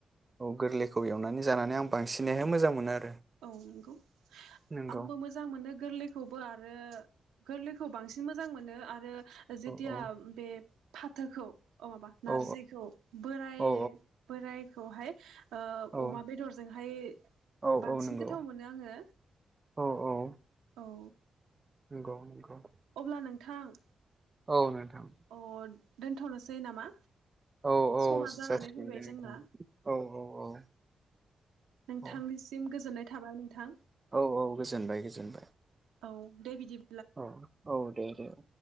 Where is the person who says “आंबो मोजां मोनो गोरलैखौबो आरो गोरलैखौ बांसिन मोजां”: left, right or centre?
Right